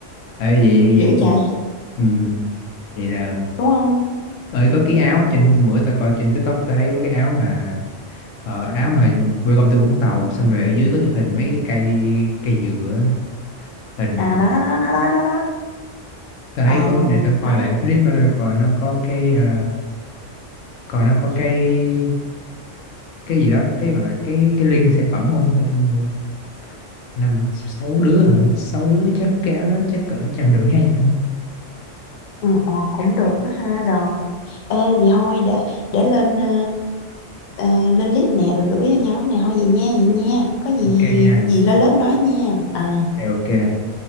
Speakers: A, on the left (about 80°); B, on the left (about 60°).
A: ấy vậy
B: dữ
A: vậy
B: chạy
A: ừ, vậy là
B: đúng không
A: ơi có cái áo trên hôm bữa tao coi trên TikTok tao thấy có cái áo mà ờ, áo mà quê công ty Vũng Tàu xong rồi ở dưới có cái hình mấy cái cây cây dừa á, hình
B: à đó đó đó đó đó đó
A: tao thấy
B: ờ
A: có cái- để tao coi
B: đó
A: lại cái clip đó tao coi nó có cái ờ, coi nó có cái cái gì đó cái gọi là cái cái link sản phẩm không để tao mua năm sáu đứa hả sáu đứa chắc kéo đó chắc cỡ trăm rưỡi hai trăm
B: ừ, ờ, cũng
A: chắc
B: được
A: cỡ
B: đó ha rồi ê vậy thôi để để lên ờ, ờ, lên list nè rồi gửi cho nhóm này thôi vậy nha vậy nha có gì
A: ok nha
B: gì lên lớp nói nha Ờ.
A: ok ok